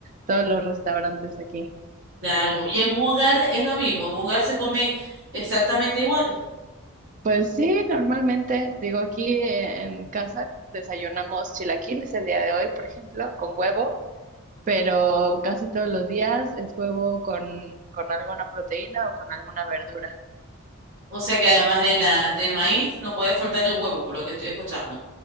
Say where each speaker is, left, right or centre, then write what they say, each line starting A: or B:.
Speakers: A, on the right; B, on the right.
A: todos los restaurantes aquí.
B: Claro. Y en un hogar es lo mismo. En un hogar se come exactamente igual.
A: Pues sí, normalmente, digo, aquí eh, en casa desayunamos chilaquiles el día de hoy, por ejemplo, con huevo, pero casi todos los días es huevo con, con alguna proteína o con alguna verdura.
B: O sea que además de la, del maíz, no puede faltar el huevo, por lo que estoy escuchando.